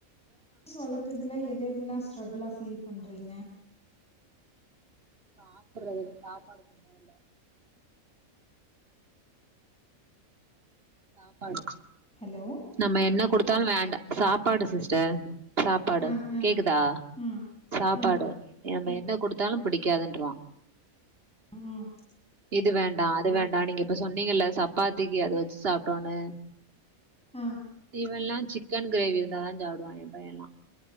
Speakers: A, in the centre; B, on the right.
A: பஸ் வள்கதுல எத எதெல்லா ஸ்ட்ரகுளா ஃபீல் பண்றீங்க
B: சாப்புறது இல் சாப்பாடு பண் இல்ல சாப்பாடு
A: ஹலோ
B: நம்ம என்ன குடு த்தாலு வேண்டா சாப்பாடு சிஸ்டர் சாப்பாடு
A: ஆ ஆ
B: கேக்குதா
A: ஆ
B: சாப்பாடு
A: ஆ
B: எமே என்ன குடுத்தாலு பிடிக்காதுன்றவா
A: ம்
B: இது வேண்டா அது வேண்டா நீங்க இப்ப சொன்னீங்கல்ல சப்பாத்திக்கு அது வச்சு சாப்ட்டோனு
A: ஆ
B: இவன்ல்லா சிக்கன் கிரேவி இருந்தாதா சாடுவா ஏ பையன்ல்லா